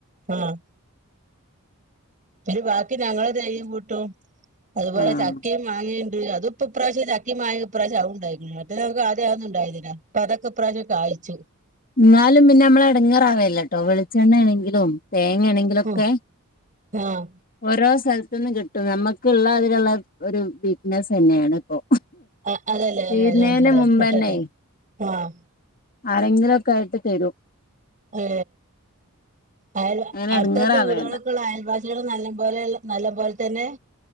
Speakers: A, on the right; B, on the left.
A: ആഹ് <unintelligible> ബാക്കി ഞങ്ങള തേങ്ങീം കൂട്ടും അത്പോലെ
B: ആഹ്
A: ചക്കേം മാങ്ങേണ്ട് അത് ഇപ്പൊ ഇപ്രാവശ്യം ചക്കിം മാങ്ങീം ഇപ്രാവ്ശ്യം അതും ഇണ്ടായിക്ക്ണ് മറ്റേത് ഞങ്ങക്ക് ആദ്യം അതൊന്നും ഇണ്ടായിന്നില ഇപ്പതൊക്കെ ഇപ്രാശ്യം കായിച്ചു.
B: ന്നാലും പിന്നമ്മള് എടുങ്ങേറാവേല്ലട്ടോ വെളിച്ചെണ്ണേണെങ്കിലും തേങ്ങേണെങ്കിലും. കളൊക്കെ
A: ഉം ആഹ്
B: ഓരോ സ്ഥലത്തുന്ന് കിട്ടും, ഞമ്മക്ക്ള്ള അതില്ള്ള ഒരു വീക്ക്നെസെന്നേണ് ഇപ്പൊ.
A: ആഹ് അതല്ലേ
B: തീര്ന്നേന്
A: അൽഹംദുലില്ലാഹ്
B: മുമ്പെന്നേ.
A: കിട്ടട്ടെ ആഹ്
B: ആരെങ്കിലൊക്കായിട്ട് തെരും.
A: ഏ അയല്
B: അങ്ങനെ
A: അട്ത്തട്ത്ത്
B: എടങ്ങേറാവേണ്ട
A: വീടേളൊക്കെള്ള അയൽവാസി നല്ലമ്പോലെള്ള നല്ലമ്പോലെതെന്നേ?